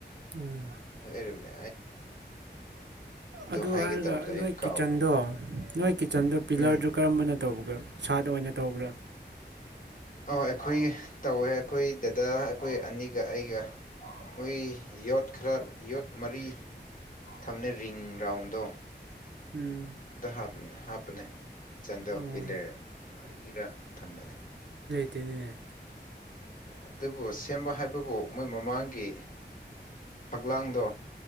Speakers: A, on the right; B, on the left.
A: ꯎꯝ
B: ꯑꯦꯔꯕ
A: ꯑꯗꯨ
B: ꯍꯥꯏꯒꯦ
A: ꯍꯥꯏꯔꯒ
B: ꯇꯧꯕꯗꯣ ꯑꯩ
A: ꯅꯣꯏ
B: ꯀꯥꯎꯔꯦ
A: ꯀꯤꯠꯆꯟꯗꯣ ꯅꯣꯏ ꯀꯤꯠꯆꯟꯗꯣ ꯄ
B: ꯎꯝ
A: ꯂꯔꯗꯨ ꯀꯔꯝꯕꯅ ꯇꯧꯕꯒ ꯁꯥꯠ ꯑꯣꯏꯅ ꯇꯧꯕ꯭ꯔꯥ
B: ꯑꯣ ꯑꯩꯈꯣꯏꯒꯤ ꯇꯧꯋꯦ ꯑꯩꯈꯣꯏ ꯗꯗꯥ ꯑꯩꯈꯣꯏ ꯑꯅꯤꯒ ꯑꯩꯒ ꯃꯣꯏ ꯌꯣꯠꯈꯔ ꯌꯣꯠ ꯃꯔꯤ ꯊꯝꯅꯦ ꯔꯤꯡ ꯔꯥꯎꯟꯗꯣ
A: ꯎꯝ
B: ꯑꯝꯇ ꯍꯥꯞꯄꯅꯦ ꯍꯥꯞꯄꯅꯦ ꯀꯤꯠꯆꯟꯗꯣ
A: ꯎꯝ
B: ꯄꯤꯂꯔ ꯃꯔꯤꯔ ꯊꯝꯕꯅꯦ
A: ꯇꯅꯤꯅꯦ
B: ꯑꯗꯨꯕꯨ ꯁꯦꯝꯕ ꯍꯥꯏꯕꯕꯨ ꯃꯣꯏ ꯃꯃꯥꯡꯒꯤ ꯐꯛꯂꯥꯡꯗꯣ